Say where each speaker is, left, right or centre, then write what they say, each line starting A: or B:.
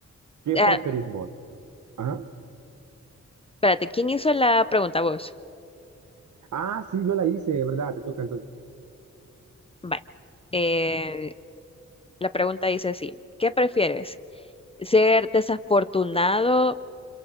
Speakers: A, on the right (about 75°); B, on the left (about 20°).
A: ¿Qué
B: ah,
A: preferís vos? Ajá.
B: espérate, ¿quién hizo la pregunta? Vos.
A: Ah, sí, yo la hice, de ¿verdad? Te toca entonces.
B: Vale. Eh, la pregunta dice así, ¿qué prefieres? ¿Ser desafortunado